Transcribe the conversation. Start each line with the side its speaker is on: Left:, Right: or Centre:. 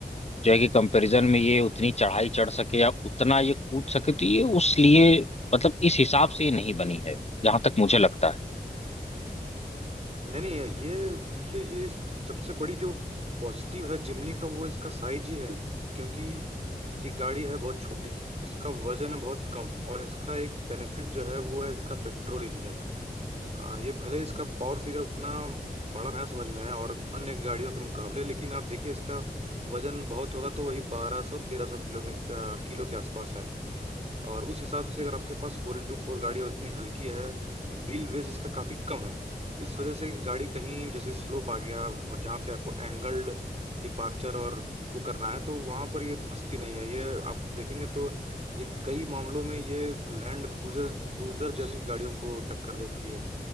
Left: जो है कि कंपैरिजन में ये उतनी चढ़ाई चढ़ सके या उतना ये कूद सके तो ये उस लिए मतलब इस हिसाब से ये नहीं बनी है जहां तक मुझे लगता है
Right: नहीं नहीं ये देखिए ये सबसे बड़ी जो पॉजिटिव है जिमनी का वो इसका साइज ही है क्योंकि ये गाड़ी है बहुत छोटी इसका वजन है बहुत कम और इसका एक बेनिफिट जो है वो है इसका पेट्रोल इंजन आ, ये भले इसका पावर फिगर उतना बड़ा ना समझ में आया और अन्य गाड़ियों के मुकाबले लेकिन आप देखिए इसका वजन बहुत होगा तो वही बारह सौ तेरह सौ किलो किलो के आसपास है और उस हिसाब से अगर आपके पास फोर इंटू फोर गाड़ी है, इतनी हल्की है व्हील बेस इसका काफी कम है इस वजह से गाड़ी कहीं जैसे स्लोप आ गया जहाँ पे आपको एंगल्ड डिपार्चर और वो करना है तो वहां पर ये फंसती नहीं है ये आप देखेंगे तो ये कई मामलों में ये लैंड क्रूजर क्रूजर जैसी गाड़ियों को टक्कर देती है